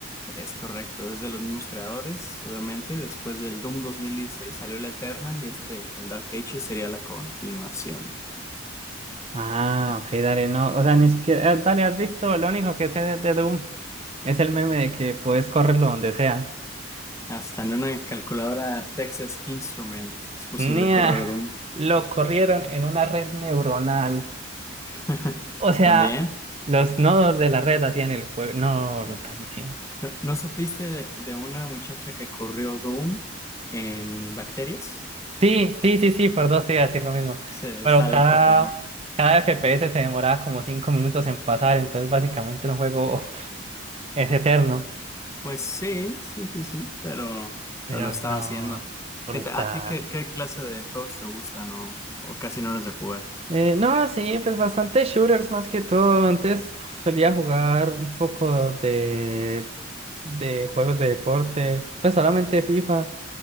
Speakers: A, on the left; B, on the right.
A: es correcto? Es de los mismos creadores, obviamente. Después del Doom 2016 salió el Eternal y este, el Dark Ages, sería la continuación.
B: Ah, ok, dale, no, o sea, ni siquiera, eh, dale, has visto, lo único que sé de, de Doom es el meme de que puedes correrlo donde sea.
A: Hasta en una calculadora Texas Instrument es posible
B: Nia,
A: correr
B: <laughs>
A: Doom.
B: lo corrieron en una red neuronal.
A: <laughs>
B: O sea,
A: También,
B: los nodos de la red hacían el juego. No, brutalísimo.
A: ¿no, no supiste de, de una muchacha que corrió Doom en bacterias?
B: Sí, sí, sí, sí, por dos te iba a decir lo mismo.
A: Se,
B: Pero
A: está
B: cada,
A: loco también.
B: cada FPS se demoraba como cinco minutos en pasar, entonces básicamente el juego <laughs> es eterno.
A: Pues sí, sí, sí, sí, pero,
B: Pero
A: pero lo estaba
B: no,
A: haciendo.
B: brutal.
A: ¿Qué te- ¿a ti qué, qué clase de juegos te gustan o, o casi no eres de jugar?
B: Eh, no, sí, pues bastante shooters más que todo. Antes solía jugar un poco de, de juegos de deporte, pues solamente FIFA.